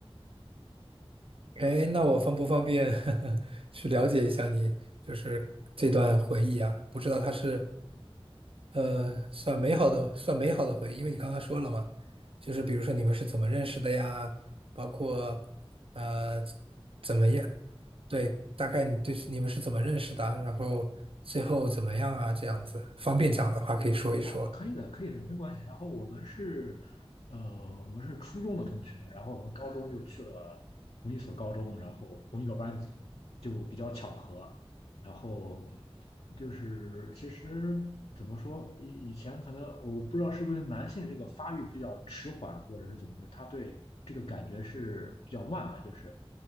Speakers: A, on the right; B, on the left.
A: 哎，那我方不方便 <laughs> 去了解一下你，就是这段回忆啊？不知道它是呃算美好的，算美好的回忆，因为你刚刚说了嘛，就是比如说你们是怎么认识的呀？包括呃怎么样？对，大概你对你们是怎么认识的啊然后最后怎么样啊？这样子，方便讲的话可以说一说。
B: 啊，可以的，可以的，没关系。然后我们是，呃，我们是初中的同学，然后我们高中又去了同一所高中，然后同一个班级，就比较巧合。然后就是其实怎么说，以以前可能我不知道是不是男性这个发育比较迟缓，或者是怎么回事，他对这个感觉是比较慢的，就是